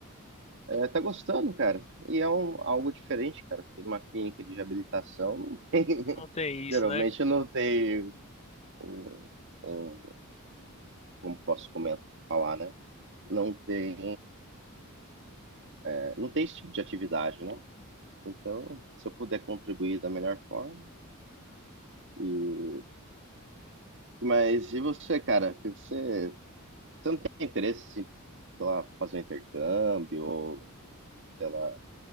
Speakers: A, on the right; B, on the left.
A: é, tá gostando, cara. E é um- algo diferente, cara. Fiquei numa clínica de reabilitação, não tem <laughs>
B: Não tem isso,
A: Geralmente
B: né?
A: não tem um, um- como posso comentar, falar, né? Não tem, é, não tem esse tipo de atividade, né? Então, se eu puder contribuir da melhor forma. E, mas e você, cara? Que Você, você não tem interesse em, sei lá, fazer um intercâmbio ou, sei lá,